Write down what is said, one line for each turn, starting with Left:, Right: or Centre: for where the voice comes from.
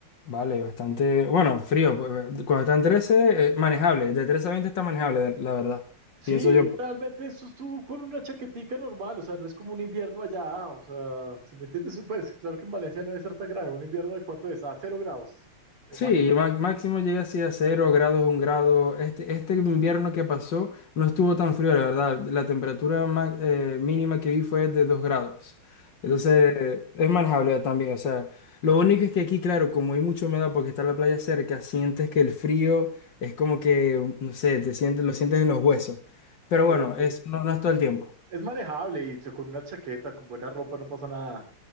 Left: Vale, bastante, bueno, frío, pues, cuando están 13, eh, manejable, de 13 a 20 está manejable, la verdad,
Right: Sí,
Left: pienso yo. pues.
Right: realmente eso estuvo con una chaquetica normal, o sea, no es como un invierno allá, o sea, si me entiendes, pues claro que en Valencia no debe ser tan grave, un invierno de cuánto es, a cero grados, me
Left: Sí,
Right: imagino.
Left: má- máximo llega así a cero grados, un grado. Este, este invierno que pasó no estuvo tan frío, la verdad. La temperatura ma- eh, mínima que vi fue de dos grados.
Right: Sí,
Left: Entonces, eh, es manejable también. O sea, lo único es que aquí, claro, como hay mucha humedad porque está la playa cerca, sientes que el frío es como que, no sé, te sientes, lo sientes en los huesos. Pero
Right: ok,
Left: bueno,
Right: ok.
Left: es, no, no es todo el tiempo.
Right: Es manejable y se- con una chaqueta, con buena ropa no pasa nada.